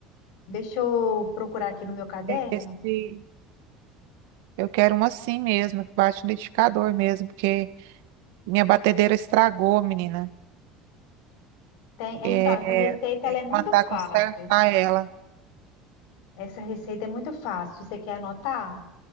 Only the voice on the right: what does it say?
esse... Eu quero uma assim mesmo, que bate no liquidificador mesmo, porque minha batedeira estragou, menina.
É...
Tem
que
mandar
consertar ela.